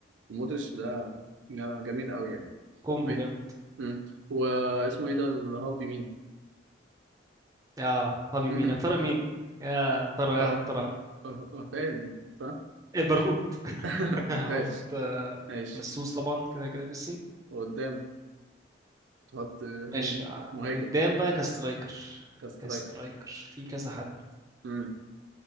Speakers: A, on the right (about 80°); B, on the right (about 20°).
A: ومودريتش ده ده جميل قوي يعني
B: كومبو
A: ماشي.
B: جامد
A: امم واسمه ايه ده الهافي مين
B: اه هذه
A: <laughs>
B: مين يا ترى مين يا ترى
A: آه،
B: يا هل ترى
A: آه، ما فيهاش دي صح
B: إيه، برغوت <laughs>
A: <laughs> ما
B: حط
A: فيهاش
B: آه،
A: ماشي
B: مسوس طبعا كده كده ميسي
A: وقدام تحط
B: ماشي
A: مين
B: ع-
A: مهاجم
B: اللي قدام بقى كسترايكر
A: كاسترايكر
B: كسترايكر في كذا حد
A: امم